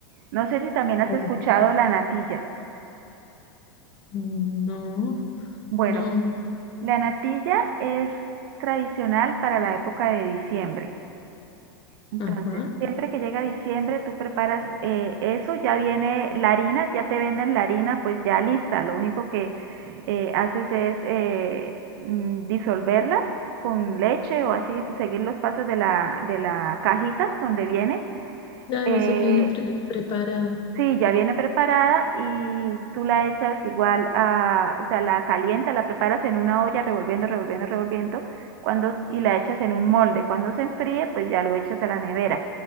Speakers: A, on the right; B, on the left.
A: No sé si también has
B: Ok.
A: escuchado la natilla.
B: No,
A: Bueno,
B: no,
A: la natilla es tradicional para la época de diciembre. Entonces,
B: ajá.
A: siempre que llega diciembre, tú preparas eh, eso, ya viene la harina, ya te venden la harina, pues ya lista. Lo único que eh, haces es eh, mm, disolverla con leche o así, seguir los pasos de la, de la cajita donde viene.
B: Claro,
A: Eh,
B: o sea, te viene pre- preparado
A: Sí, ya viene preparada y tú la echas igual a, o sea, la calientas, la preparas en una olla revolviendo, revolviendo, revolviendo, cuando y la echas en un molde. Cuando se enfríe, pues ya lo echas a la nevera.